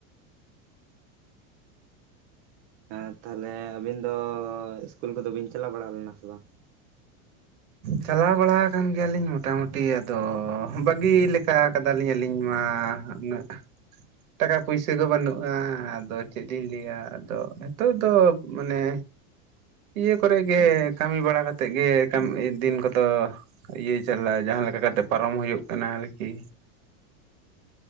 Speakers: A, on the right (about 55°); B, on the right (about 85°).
A: ᱦᱮ ᱛᱟᱦᱚᱞᱮ ᱟᱹᱵᱤᱱ ᱫᱚ ᱤᱥᱠᱩᱞ ᱠᱚᱫᱚ ᱵᱤᱱ ᱪᱟᱞᱟᱣ ᱵᱟᱲᱟ ᱞᱮᱱᱟ ᱥᱮ ᱵᱟᱝ
B: ᱪᱟᱞᱟᱣ ᱵᱟᱲᱟ ᱟᱠᱟᱱ ᱜᱮᱭᱟᱞᱤᱧ ᱢᱚᱴᱟᱢᱩᱴᱤ ᱟᱫᱚ ᱵᱟᱹᱜᱤ ᱞᱮᱠᱟ ᱠᱟᱫᱟᱞᱤᱧ ᱟᱹᱞᱤᱧ ᱢᱟ ᱦᱟᱜ ᱩᱱᱟᱹᱜ ᱴᱟᱠᱟ ᱯᱩᱭᱥᱟᱹ ᱠᱚ ᱵᱟᱹᱱᱩᱜ-ᱟ ᱟᱫᱚ ᱪᱮᱫ ᱤᱧ ᱞᱟᱹᱭᱟ ᱟᱫᱚ ᱱᱤᱛᱚᱜ ᱫᱚ ᱢᱟᱱᱮ ᱤᱭᱟᱹ ᱠᱚᱨᱮ ᱜᱮ ᱠᱟᱹᱢᱤ ᱵᱟᱲᱟ ᱠᱟᱛᱮᱫ ᱜᱮ ᱠᱟᱹ ᱫᱤᱱ ᱠᱚᱫᱚ ᱤᱭᱟᱹ ᱪᱟᱞᱟᱜ-ᱟ ᱡᱟᱦᱟᱸ ᱞᱮᱠᱟ ᱠᱟᱛᱮᱫ ᱯᱟᱨᱚᱢ ᱦᱩᱭᱩᱜ ᱠᱟᱱᱟ ᱟᱨᱠᱤ